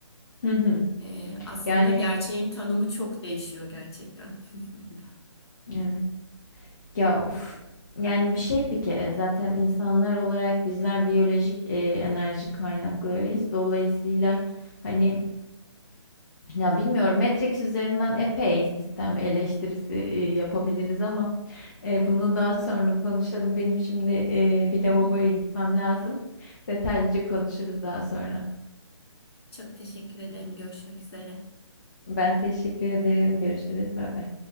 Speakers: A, on the left; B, on the left.
A: Hı hı.
B: eee, aslında
A: Yani
B: gerçeğin tanımı çok değişiyor gerçekten. <laughs> Burada.
A: evet. Ya of. Yani bir şey bir kere zaten insanlar olarak bizler biyolojik e, enerji kaynaklarıyız. Dolayısıyla hani Ya bilmiyorum Matrix üzerinden epey sistem eleştirisi e, yapabiliriz ama e, bunu
B: Hı
A: daha
B: hı.
A: sonra konuşalım. Benim şimdi e, bir
B: Hı
A: lavaboya
B: hı.
A: gitmem lazım. Detaylıca konuşuruz daha sonra.
B: Çok teşekkür ederim. Görüşmek üzere.
A: Ben teşekkür ederim. Görüşürüz. Bay bay.